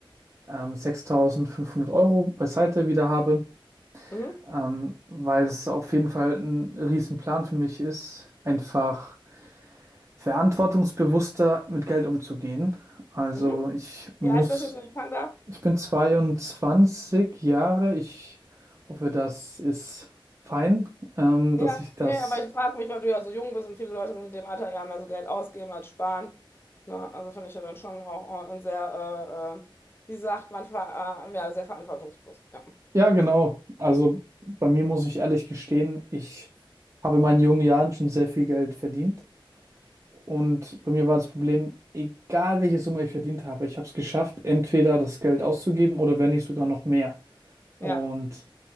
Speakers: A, on the right; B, on the left.
A: ähm, 6.500 Euro beiseite wieder habe,
B: Mhm,
A: ähm, weil es auf jeden Fall ein Riesenplan für mich ist, einfach verantwortungsbewusster mit Geld umzugehen. Also
B: mhm.
A: ich muss
B: Wie alt bist du jetzt, wenn ich fragen darf?
A: ich bin 22 Jahre. Ich hoffe, das ist fein, ähm,
B: Ja,
A: dass ich das.
B: nee, aber ich frage mich, weil du ja so jung bist und viele Leute sind in dem Alter ja mehr so Geld ausgeben als sparen. Ne? Also finde ich ja dann schon auch äh, ein sehr, äh, äh, wie sagt man, ver äh, ja, sehr verantwortungsbewusst. Ja.
A: Ja, genau. Also bei mir muss ich ehrlich gestehen, ich habe in meinen jungen Jahren schon sehr viel Geld verdient. Und bei mir war das Problem, egal welche Summe ich verdient habe, ich habe es geschafft, entweder das Geld auszugeben oder wenn nicht sogar noch mehr. Und
B: ja.